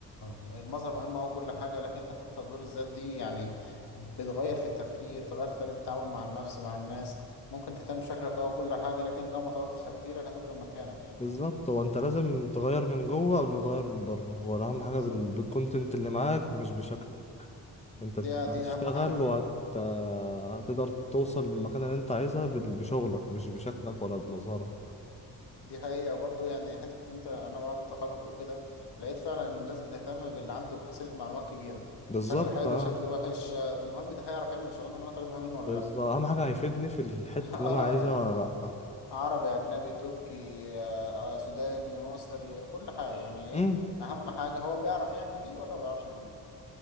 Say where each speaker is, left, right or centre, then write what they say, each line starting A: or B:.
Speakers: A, on the left (about 70°); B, on the left (about 15°).
A: المظهر مهم او كل حاجه لكن حته تطوير الذات دي يعني بتغير في التفكير تغير في طريقه التعامل مع النفس مع الناس ممكن تهتم بشكلك او كل حاجه لكن لو ما طورتش تفكيرك هتفضل مكانك يعني
B: بالظبط هو انت لازم تغير من جوه قبل ما تغير من بره هو اهم حاجه
A: بالظبط
B: بال... بالكونتنت اللي معاك مش بشكلك انت هت-
A: دي
B: هتشتغل
A: دي اهم حاجه فعلا
B: وهت هتقدر توصل للمكان اللي انت عايزها بال- بشغلك مش بشكلك ولا بمظهرك
A: دي حقيقة برضه يعني حتة إن أنت أنا بعد التخرج وكده لقيت فعلا إن الناس بتهتم باللي عنده حصيلة معلومات كبيرة
B: بالظبط
A: شكله حلو
B: اه
A: شكله وحش آه، المهم ده هيعرف يعمل الشغلانة اللي أنا طالبها منه ولا
B: بالظبط
A: لأ
B: اهم حاجه هيفيدني في الحته
A: <laughs> آه
B: اللي انا عايزها
A: يعني
B: ولا لا
A: عربي أجنبي تركي آه، سوداني مصري كل حاجة يعني
B: مم.
A: إيه أهم حاجة هو بيعرف يعمل دي ولا ما بيعرفش يعمل دي